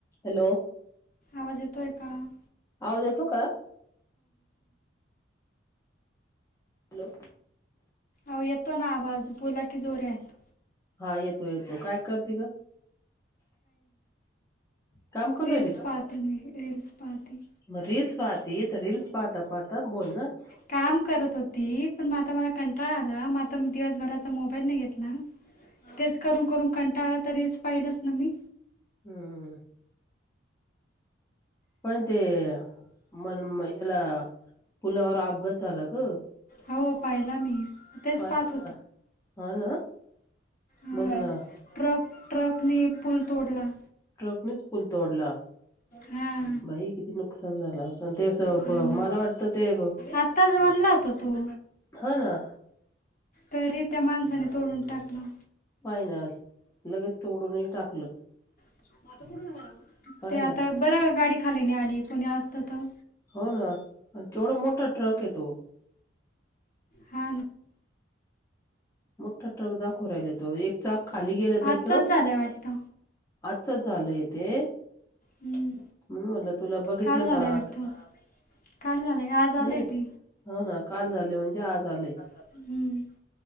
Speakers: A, on the left; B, on the left.
A: Hello
B: आवाज येतोये का? <inaudible>
A: आवाज येतो का? हॅलो.
B: अ येतो ना आवाज बोला की जोर्यात
A: हा येतो येतो, काय करते ग? काम करू
B: रिल्स
A: राहिली का?
B: पाहते मी, रिल्स पाहते.
A: मग रीलस पाहते तर रीलस पाहता पाहता बोल ना
B: काम करत होती पण म आता मला कंटाळ आला दिवसभराचा मोबाईल नाही घेतला ना, तेच करून करून कंटाळा आला आता रिल्स पाहिलंच ना मी.
A: हम् पण ते मन ह्याला पुलावर अपघात झाला ग.
B: हो पाहिला मी. तेच
A: पाहिलं
B: पाहत
A: का? हा ना
B: ह
A: बघ ना
B: ट्रक ट्रकने पुूल तोडला
A: ट्रकनेच पूल तोडला.
B: हां
A: बाई किती नुकसान झालं असेल त्यांचं
B: हां
A: प,
B: ना
A: मला वाटतं ते
B: आत्ताच बनला होता तो
A: हा ना
B: तरी त्या माणसानी तोडून टाकला.
A: पाह्य ना, लगेच तोडूनही टाकलं
B: <inaudible>
A: आहे ना.
B: आता बरं गाडी खाली नि आली कोणी असत तर
A: हो ना केवढा मोठा ट्रक आहे तो
B: हा
A: मोठा ट्रक दाखव राहिला तो एक चाक खाली गेलं त्याच
B: आजचाच झालाय वाटतं
A: आजच झालंय ते
B: हम्म.
A: म्ह म्हटलं तुला बघितलं
B: काल झालाय
A: का
B: वाटतं काल झालंय आज आलंय
A: नाही
B: ते
A: हा ना काल झाले म्हणजे आज आले
B: हम्म.